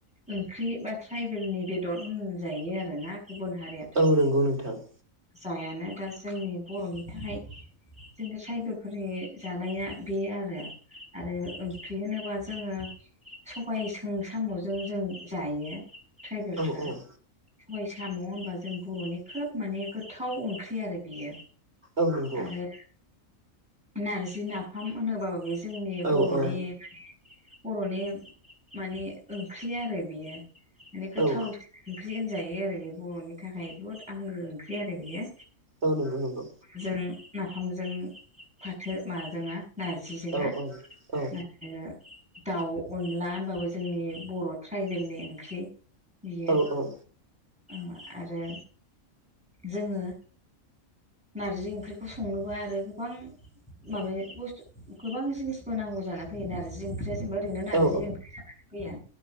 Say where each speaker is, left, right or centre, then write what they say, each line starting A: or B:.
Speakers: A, in the centre; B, on the right (about 50°).
A: ओंख्रि बा ट्राइबेलनि बेदर होनजायो आरोना गुबुन हारिया
B: औ नंगौ नोंथां।
A: जायानो दा जोंनि बर'नि थाखाय जोंनि ट्राइबेलफोरनि जानाया बे आरो आरो ओंख्रि होनोबा जोङो सबाइजों साम'जों जों जायो ट्राइबेलफ्रा।
B: औ औ
A: सबाय साम' होनबा जों बर'नि खोब माने गोथाव ओंख्रि आरो बेयो
B: औ नंगौ
A: आरो नारजि नाफाम होनोबाबो जोंनि
B: औ
A: बर'नि
B: औ
A: माने बर'नि माने ओंख्रि आरो बेयो माने गोथाव
B: औ
A: ओंख्रि होनजायो आरो बे बर'नि थाखाय बुहुत आंगो ओंख्रि आरो बेयो।
B: औ नंगौ नंगौ
A: जों नाफामजों फाथो माबाजोंना नारजिजों
B: औ
A: ओ
B: औ औ
A: आरो दाउ अनला होनबाबो जोंनि बर' ट्राइबेलनि ओंख्रि। बियो
B: औ औ
A: ओ आरो जोङो नारजि ओंख्रिखौ संनोबा आरो गोबां माबाया बुस्थु गोबां जिनिसबो नांगौ जानानै फैगोन आरो जों ओंख्रिया जेनबा ओरैनो नारजि
B: औ
A: ओंख्रि जानानै फैया